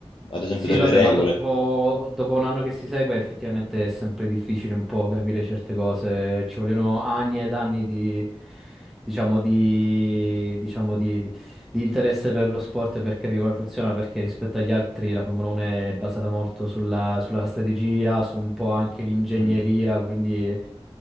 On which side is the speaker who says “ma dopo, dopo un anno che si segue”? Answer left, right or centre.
Centre